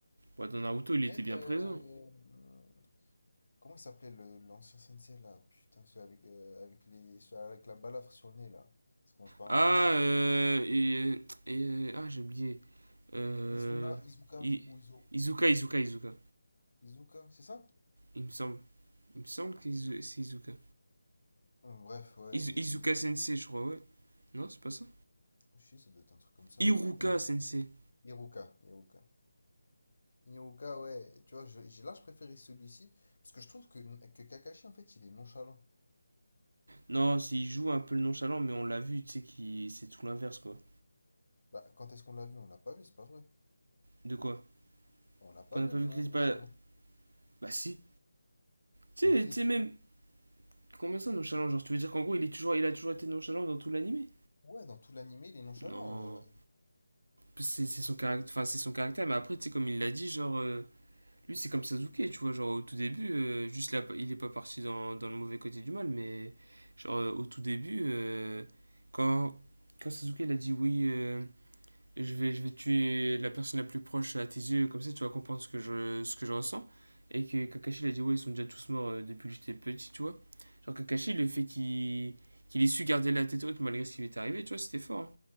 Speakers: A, on the right; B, on the left.
A: Ouais, dans Naruto, il était
B: Même.
A: bien
B: euh,
A: présent.
B: hum, comment il s'appelait le- l'ancien sensei là? Putain, celui avec, euh, avec, les, celui avec la balafre sur le nez là. Ça commence par
A: Ah,
B: un S.
A: euh, et, et, euh, ah, j'ai oublié. Euh,
B: Izuna, Izuka
A: I-
B: ou Izu.
A: Izuka, Izuka, Izuka.
B: Izuka, c'est ça?
A: Il me semble, il me semble que c'est Izuka.
B: Hum, Bref, ouais.
A: Izu-
B: Et...
A: Izuka Sensei, je crois, ouais. Non, c'est pas ça.
B: Je sais, ça doit être un truc comme ça.
A: Iruka
B: Et...
A: Sensei.
B: Iruka, Iruka. Yoga, ouais, tu vois, je- j'ai là, je préférais celui-ci, parce que je trouve que, que Kakashi, en fait, il est nonchalant.
A: Non, c'est- il joue un peu le nonchalant, mais on l'a vu, tu sais, qui c'est tout l'inverse, quoi.
B: Bah, quand est-ce qu'on l'a vu? On l'a pas vu, c'est pas vrai.
A: De quoi
B: On l'a pas
A: Qu'on n'a
B: vu,
A: pas
B: non
A: vu que c'était
B: nonchalant.
A: pas. Bah si, Tu
B: Contre
A: sais,
B: qui?
A: tu même. Combien ça, nonchalant Genre, tu veux dire qu'en gros, il, est toujours, il a toujours été nonchalant dans tout l'animé
B: Ouais, dans tout l'animé, il est nonchalant.
A: Non.
B: euh.
A: C'est c'est son, caractère enfin, c'est son caractère, mais après, tu sais, comme il l'a dit, genre. euh, lui, c'est comme Sasuke, tu vois, genre au tout début, euh, juste là, il est pas parti dans, dans le mauvais côté du mal, mais genre euh, au tout début, euh, quand, quand Sasuke il a dit oui, euh, et je vais, je vais tuer la personne la plus proche à tes yeux, comme ça tu vas comprendre ce que je, ce que je ressens. Et que Kakashi, il a dit, ouais, ils sont déjà tous morts euh, depuis que j'étais petit, tu vois. Genre Kakashi, le fait qu'il qu'il ait su garder la tête haute malgré ce qui lui est arrivé, tu vois, c'était fort. hein.